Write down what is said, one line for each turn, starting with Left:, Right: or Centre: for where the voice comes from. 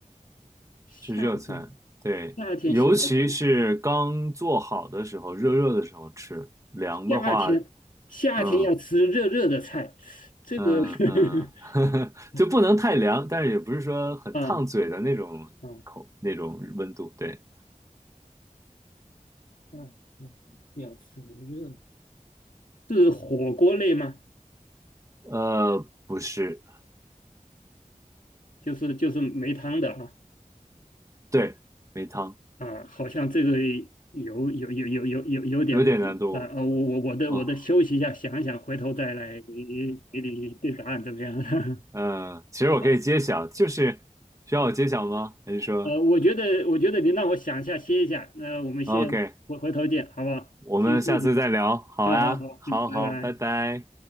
Left: 夏天，
Right: 是热餐。对，
Left: 夏天喜欢吃。
Right: 尤其是刚做好的时候，热热的时候吃。凉的话，
Left: 夏天夏天要吃热热的菜，
Right: 嗯
Left: 这个
Right: 嗯嗯，<laughs>
Left: <laughs>
Right: 就不能太凉，但是也不是说很烫嘴的那种口那种温度。
Left: 啊啊
Right: 对，
Left: 啊，嗯要吃热是火锅类吗？
Right: 呃，不是，
Left: 就是就是没汤的啊
Right: 对，没汤，
Left: 啊，好像这个有有有有有有有点啊啊，
Right: 有点难度。
Left: 我我我的我的休息一下，
Right: 啊。
Left: 想一想，回头再来给你对答案怎么样？<laughs>
Right: 嗯，其实我可以揭晓，
Left: 好，
Right: 就是需要我揭晓吗？还是说
Left: 呃，我觉得我觉得你让我想一下，歇一下，那我们先回回头见，
Right: ，OK，
Left: 好不好？
Right: 我们下次再聊？
Left: 先休息一下，
Right: 好呀，
Left: 好好好，
Right: 好好，
Left: 嗯，拜拜。
Right: 拜拜。